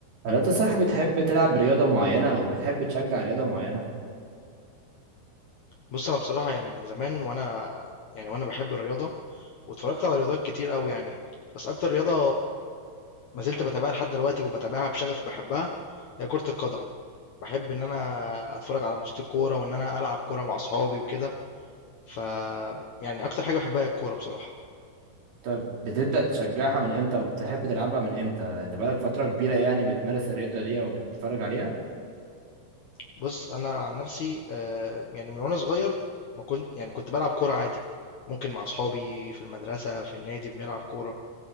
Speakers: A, on the right (about 55°); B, on the left (about 80°).
A: هل انت صح بتحب تلعب رياضة معينة او بتحب تشجع رياضة معينة
B: بص انا بصراحه يعني من زمان وانا يعني وانا بحب الرياضه واتفرجت على رياضات كتير قوي يعني بس اكتر رياضه ما زلت بتابعها لحد دلوقتي وبتابعها بشغف وبحبها هي كره القدم بحب ان انا اتفرج على ماتشات الكوره وان انا العب كوره مع اصحابي وكده ف يعني اكتر حاجه بحبها هي الكوره بصراحه
A: طيب بتبدأ تشجعها من امتى او بتحب تلعبها من امتى انت بقالك فترة كبيرة يعني بتمارس الرياضة دي او بتتفرج عليها
B: بص انا عن نفسي آه، يعني من وانا صغير ما كنت يعني كنت بلعب كوره عادي ممكن مع اصحابي في المدرسه في النادي بنلعب كوره